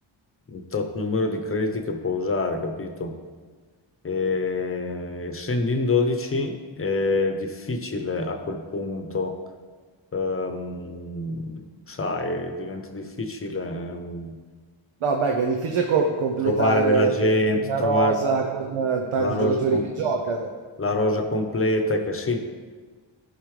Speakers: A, on the left (about 25°); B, on the right (about 80°).
A: un tot numero di crediti che può usare, capito? E, essendo in 12 è difficile a quel punto, ehm, sai, diventa difficile ehm,
B: No, beh, che è difficile co- completare
A: trovare della gente,
B: una
A: trovare
B: rosa con eh, tanti
A: la rosa,
B: giocatori
A: com-
B: che giocano.
A: la rosa completa, che sì,